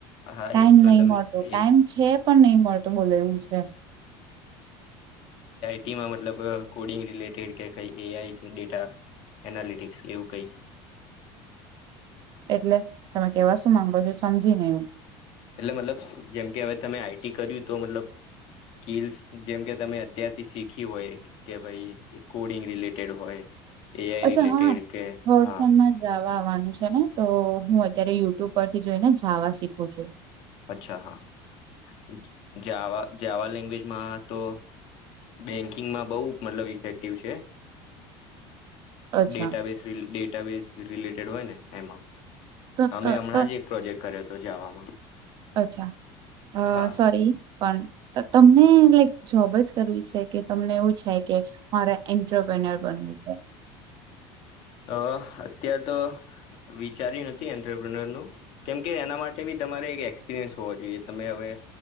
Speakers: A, on the left; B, on the right.
A: હા
B: ટાઈમ
A: એ તો
B: નહી
A: તમે
B: મળતો. ટાઈમ
A: એ
B: છે પણ નહી મળતો બોલે એવું છે.
A: ટીમા મતલબ કોડિંગ રિલેટેડ કે કઈ એઆઈ કે ડેટા એનાલિટિક્સ એવું કઈ.
B: એટલે તમે કેવા શું માંગો છો સમજી નઈ હું.
A: એટલે મતલબ જેમ કે હવે તમે આઈટી કર્યું તો મતલબ સ્કીલસ જેમ કે તમે અત્યારથી શીખ્યું હોય કે ભઈ કોડિંગ રિલેટેડ હોય એઆઈ
B: અચ્છા
A: રિલેેટેડ
B: હા
A: કે
B: વલસાડમાં
A: હા.
B: જાવા આવવાનું છે. ને તો હું અત્યારે યુટ્યુબ પરથી જોઈને જાવા શીખું છું.
A: અચ્છા હા.. જાવા જાવા લેંગ્વેજમાં તો બેંકિંગમાં બઉ મતલબ ઇફેક્ટિવ છે.
B: અચ્છા
A: ડેટાબેસ રીલ ડેટાબેસ જ રિલેટેડ હોય ને એમાં
B: તો
A: અમે
B: તો
A: હમણાં
B: તો
A: જ એક પ્રોજેક્ટ કર્યો. તો જાવામાં
B: અચ્છા. અ
A: હા
B: સોરી પણ ત તમને લાઈક જોબ જ કરવી છે કે તમને એવું છે કે મારે એન્ટરપ્રનર બનવું છે.
A: અ અત્યાર તો વિચાર્યું નથી એન્ટરપ્રનર ન કેમ કે એના માટે બી તમારે એક એક્સપિરિયન્સ હોવો જોઈએ. તમે હવે